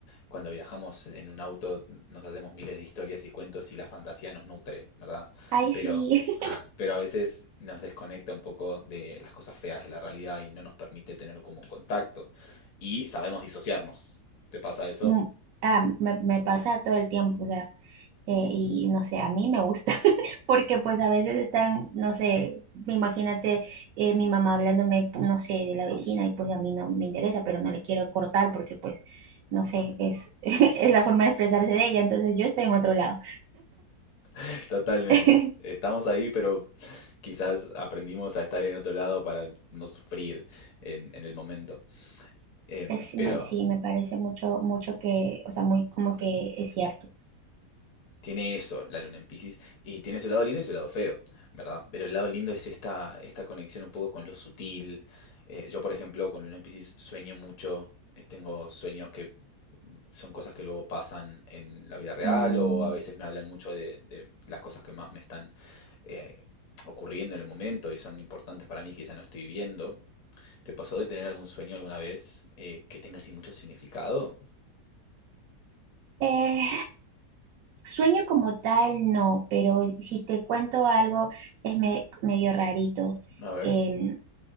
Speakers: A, on the left; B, on the right.
A: cuando viajamos en un auto nos hacemos miles de historias y cuentos y la fantasía nos nutre, ¿verdad?
B: ay,
A: Pero
B: sí. <laughs>
A: pero a veces nos desconecta un poco de las cosas feas de la realidad y no nos permite tener como contacto. Y sabemos disociarnos. ¿Te pasa eso?
B: Mm, ah, me, me pasa todo el tiempo, o sea. eh, y no sé, a mí me gusta, <laughs> porque pues a veces están, no sé, imagínate eh, mi mamá hablándome, no sé, de la vecina y pues a mí no me interesa, pero no le quiero cortar porque pues, no sé, es, <laughs> es la forma de expresarse de ella, entonces yo estoy en otro lado.
A: <laughs> Totalmente.
B: <laughs>
A: Estamos ahí, pero quizás aprendimos a estar en otro lado para no sufrir en, en el momento. Em,
B: Es- me-
A: pero
B: sí, me parece mucho, mucho que, o sea, muy como que es cierto.
A: tiene eso la luna en Piscis y tiene su lado lindo y su lado feo, ¿verdad? Pero el lado lindo es esta, esta conexión un poco con lo sutil. Eh, yo, por ejemplo, con luna en Piscis sueño mucho, eh, tengo sueños que son cosas que luego pasan en la vida real
B: Mm,
A: o a veces me hablan mucho de, de las cosas que más me están eh, ocurriendo en el momento y son importantes para mí, quizá no estoy viendo. ¿Te pasó de tener algún sueño alguna vez eh, que tenga así mucho significado?
B: eh, sueño como tal, no, pero si te cuento algo, es me- medio rarito.
A: A ver.
B: em,